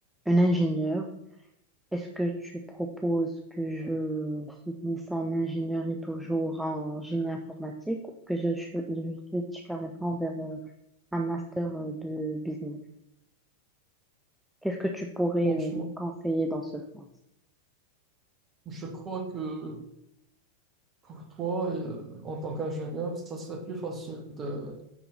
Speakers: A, in the centre; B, on the right.
A: une ingénieure, est-ce que tu proposes que je finisse en ingénierie toujours en génie informatique ou que je, je, je switch carrément vers euh, un master euh, de business. Qu'est-ce que tu pourrais
B: Franchement,
A: euh, me conseiller dans ce sens?
B: je crois que pour toi, euh, en tant qu'ingénieur, ça serait plus facile de,